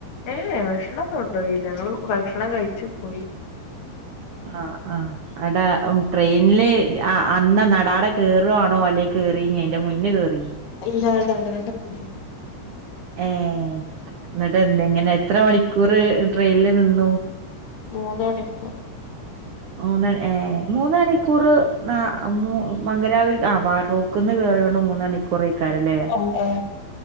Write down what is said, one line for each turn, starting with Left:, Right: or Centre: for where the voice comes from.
Left: ഏ ഭക്ഷണന്നും ഉണ്ടോയില്ല ഞങ്ങള് ഭക്ഷണം കഴിച്ചു പോയി
Right: ആ ആ അടാ ട്രെയിനില് ആ അന്ന് നടാട കയറുആണോ അല്ലെ കയറിനിഅന്റെ മുന്നേ കേറി-
Left: ഇല്ലാ നാടാട <unintelligible>
Right: ഏ എന്നിട്ട് എന്താ എങ്ങനെ എത്ര മണിക്കൂർ ട്രെയില് നിന്നു
Left: മൂന്ന് മണിക്കൂർ
Right: മൂന്നൺ ഏ മൂന്നഅണിക്കൂർ ന മു മംഗലപുരി ആ വാറു- ക്കുന്ന് കയറിയോണ്ട് മൂന്നണിക്കൂറക്കാരല്ലേ
Left: ഉം അ